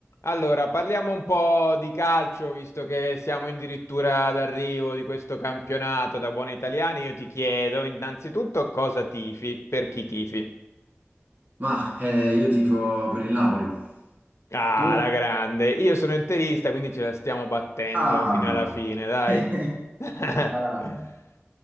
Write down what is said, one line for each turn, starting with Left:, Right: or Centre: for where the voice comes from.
Left: Allora, parliamo un po' di calcio, visto che siamo addirittura d'arrivo di questo campionato da buoni italiani. Io ti chiedo innanzitutto cosa tifi, per chi tifi.
Right: Ma eh, io tifo per il Napoli.
Left: Ah,
Right: Tu?
Left: la grande. Io sono interista, quindi ce la stiamo battendo
Right: Ah,
Left: fino alla fine, dai.
Right: <laughs>
Left: <laughs>
Right: ah,